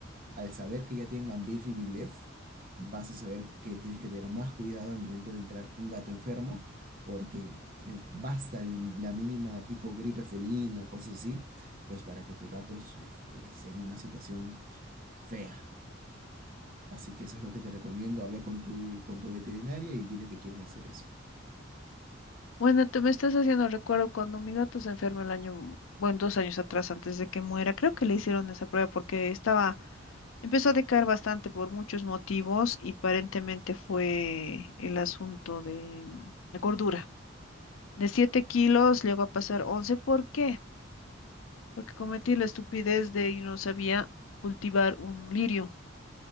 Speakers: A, on the right; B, on the left.
A: al saber que ya tengan Bifi y Vilef, vas a saber que tienes que tener más cuidado al momento de entrar un gato enfermo, porque eh, basta el- la mínima tipo gripe felina, cosas así, pues para que tu gato se, esté en una situación fea. Así que eso es lo que te recomiendo, habla con tu, con tu veterinaria y dile que quieres hacer eso.
B: Bueno, tú me estás haciendo recuerdo cuando mi gato se enfermó el año, bueno, dos años atrás, antes de que muera. Creo que le hicieron esa prueba porque estaba, empezó a decaer bastante por muchos motivos y aparentemente fue el asunto de, mm, la gordura. De 7 kilos llegó a pasar 11. ¿Por qué? Porque cometí la estupidez de y no sabía cultivar un lirio.